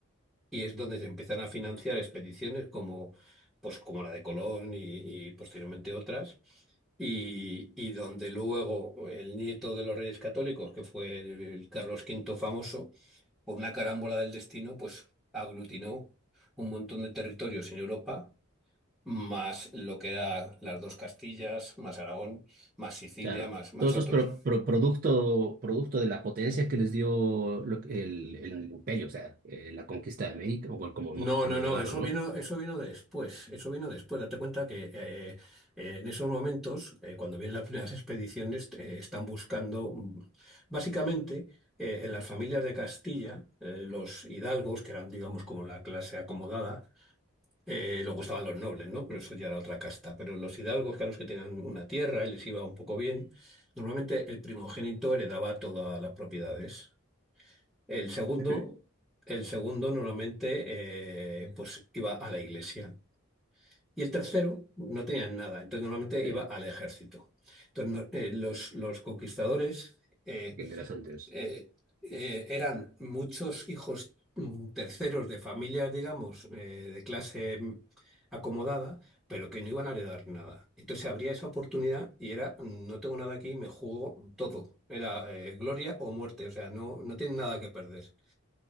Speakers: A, in the centre; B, on the right.
A: Y es donde se empiezan a financiar expediciones como, pues, como la de Colón y, y posteriormente otras. Y, y donde luego el nieto de los reyes católicos, que fue el el Carlos Quinto famoso, por una carámbola del destino, pues aglutinó un montón de territorios en Europa, más lo que eran las dos Castillas, más Aragón, más Sicilia,
B: claro.
A: más, más
B: Todo eso
A: otros.
B: es pro- pro- producto, producto de la potencia que les dio lo- el, el imperio, o sea, eh, la conquista de América, o como,
A: No,
B: no, como
A: no, no,
B: llamarlo,
A: eso
B: ¿no?
A: vino, eso vino después, eso vino después. Date cuenta que eh, eh, en esos momentos, eh, cuando vienen las primeras expediciones, eh, están buscando, mm, básicamente, eh, en las familias de Castilla, eh, los hidalgos, que eran, digamos, como la clase acomodada, Eh, luego estaban los nobles, ¿no? Pero eso ya era otra casta. Pero los hidalgos, que eran los que tenían una tierra y les iba un poco bien, normalmente el primogénito heredaba todas las propiedades. El segundo,
B: Ujú.
A: el segundo normalmente eh, pues iba a la iglesia. Y el tercero no tenía nada, entonces normalmente
B: Sí,
A: iba al ejército. Entonces no- eh, los, los conquistadores, eh,
B: qué interesante eso.
A: eh, eh, eran muchos hijos mm, terceros de familias, digamos, eh, de clase mm, acomodada, pero que no iban a heredar nada. Entonces habría esa oportunidad y era, mm, no tengo nada aquí, me juego todo. Era eh, gloria o muerte, o sea, no, no tienen nada que perder.